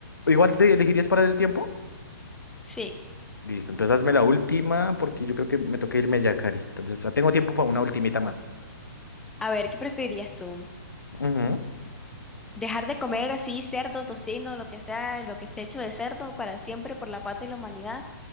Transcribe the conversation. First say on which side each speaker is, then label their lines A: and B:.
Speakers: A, on the left; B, in the centre.
A: igual te elegirías para el tiempo.
B: Sí.
A: Listo, entonces hazme la última porque yo creo que me toca irme ya, Cari. Entonces, ah, tengo tiempo para una ultimita más.
B: A ver, ¿qué preferirías tú?
A: Ujú.
B: Dejar de comer así cerdo, tocino, lo que sea, lo que esté hecho de cerdo para siempre por la paz de la humanidad.